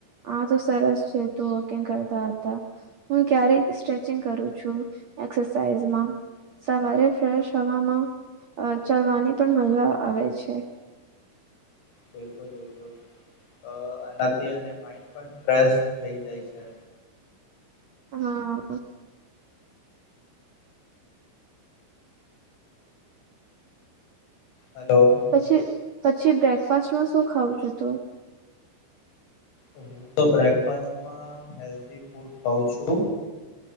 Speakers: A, on the right (about 55°); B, on the left (about 70°).
A: આ તો સરસ છે, તકંગ કરતા હતા. હું ક્યારેક સ્ટ્રેચિંગ કરું છુ, એક્સરસાઇઝમા સવારે ફ્રેશ હવામાં ચલવાની પણ મજા આવે છે.
B: બિલકુલ બિલકુલ આનાથી માઈન્ડ પણ ફેશ થઈ જાય છે.
A: હા
B: હલો.
A: પછી પછી બ્રેકફાસ્ટમા શું ખાવઉ છુ, તુ
B: હું તો બ્રેકફાસ્ટમા હેલ્ધી ફૂડ ખઉ છુ.